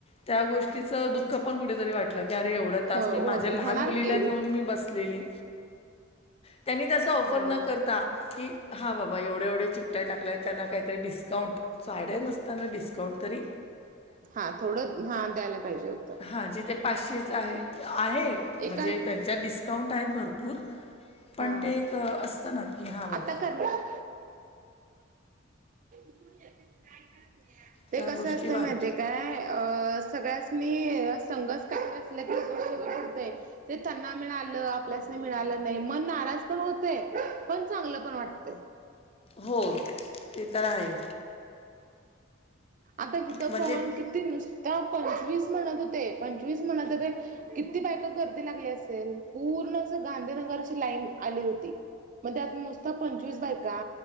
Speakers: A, on the left (about 30°); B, on the right (about 40°).
A: त्या गोष्टी तिच दुःख पण कुठेतरी वाटलं की अरे एवढा तास
B: हो
A: मी माझ्या लहान
B: होणार
A: मुलीला
B: की
A: घेऊन मी बसलेली त्यांनी त ऑफर
B: होणार.
A: न करता की हां बाबा एवढ्या एवढ्या चिकट्ट्या टाकल्या आहेत त्यांना काहीतरी डिस्काउंट साड्या नसताना डिस्काउंट तरी
B: हा थोडं हा द्यायला पाहिजे हो
A: हा जिथे पाचशेच आहे आहे म्हणजे
B: एका
A: त्यांच्या डिस्क काउंट आहेत भरपूर पण
B: हा
A: ते एक असतं ना की हा बाबा
B: आता करणार <inaudible> ते
A: त्या
B: कसं
A: गोष्टी
B: असतं
A: वाद
B: माहिितय काय अ सगळ्यासनी संघस का अस त गष्ट घट होतते ते त्यांना मिळालं आपल्यास नाही मिळालं नाही मन नाराज पण होते पण चांगलं पण वाटत
A: हो ते तर आहे
B: आता घथ
A: म्हणजे
B: पण किती नुसत पंचवीस म्हणत होते पंचवीस म्हणत होते किती बायक गर्दी लागली असेल पूर्ण अस गांधीनगरची लाईन आली होती मध्ये आता नुसतं पंचवीस बाय का